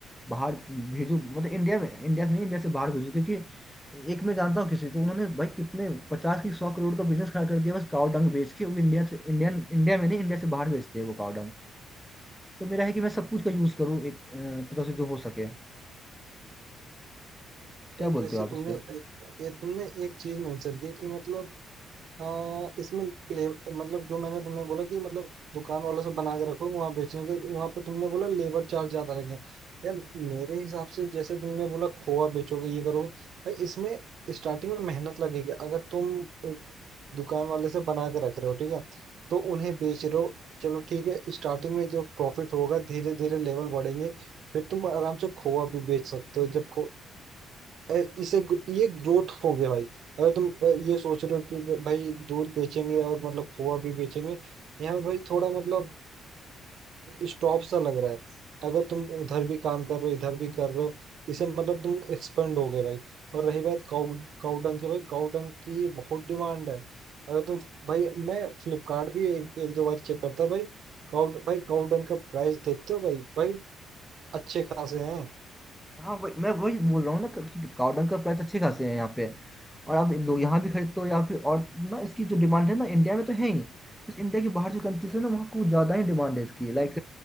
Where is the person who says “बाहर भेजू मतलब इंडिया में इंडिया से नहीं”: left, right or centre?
Centre